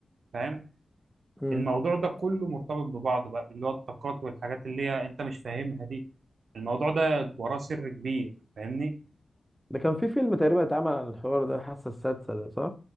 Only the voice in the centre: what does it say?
مم.
ده كان في فيلم تقريبا اتعمل عن الحوار ده الحاسة السادسة ده صح؟